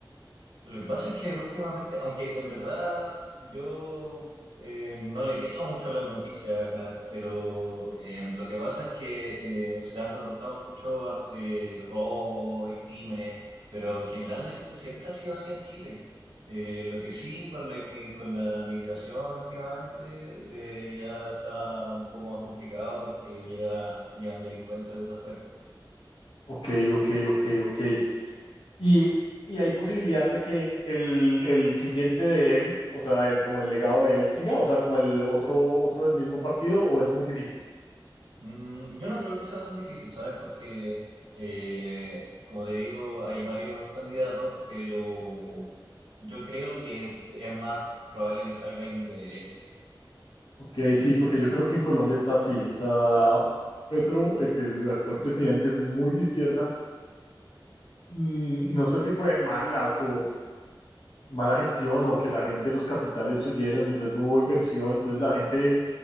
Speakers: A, on the right; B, on the left.
A: Lo que pasa es que últimamente, aunque en verdad yo eh, no le creo mucho a las noticias acá, pero eh, lo que pasa es que eh, se han reportado muchos eh, robos y crímenes, pero generalmente siempre ha sido así en Chile. Eh, lo que sí con la, inmi- con la migración últimamente eh, ya está un poco más complicado porque llega, llegan delincuentes desde afuera.
B: Ok, ok, ok, ok. Y, y hay posibilidad de que el, el siguiente de él, o sea, el, como el legado de él siga, o sea, como el otro, otro del mismo partido, o es muy difícil.
A: Mm, yo no creo que sea tan difícil, ¿sabes? Porque, eh, como te digo, hay varios candidatos, pero yo creo que es más probable que salga alguien de derecha.
B: Ok, sí, porque yo creo que en Colombia está así. O sea, Petro, el que es el actual presidente, es muy de izquierda. Mm, No sé si fue mala su mala gestión o que la gente, los capitales huyeron, entonces no hubo inversión, entonces la gente,